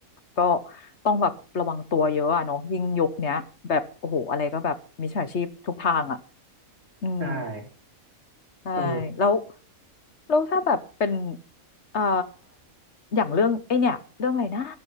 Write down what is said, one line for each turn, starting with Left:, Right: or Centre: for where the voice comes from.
Left: ก็ต้องแบบระวังตัวเยอะอะเนาะยิ่งยุคเนี้ยแบบโอ้โหอะไรก็แบบมิจฉาชีพทุกทางอ่ะอืม
Right: ใช่
Left: ใช่แล้ว
Right: เออ
Left: แล้วถ้าแบบเป็นเอ่ออย่างเรื่องไอเนี่ยเรื่องอะไรนะ